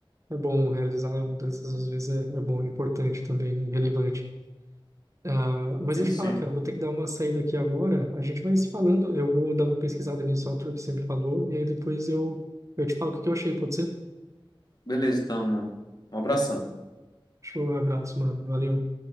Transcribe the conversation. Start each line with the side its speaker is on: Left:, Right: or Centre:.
Right: é bom realizar mudanças, às vezes é, é bom, é importante também, né? Relevante. Ah, mas
Left: Sim,
Right: deixa
Left: sim.
Right: eu falar, cara, vou ter que dar uma saída aqui agora. A gente vai se falando. Eu vou dar uma pesquisada nesse autor que sempre falou, e aí depois eu, eu te falo o que que eu achei, pode ser?
Left: Beleza, então, mano. Um abração.
Right: Show, abraço, mano. Valeu.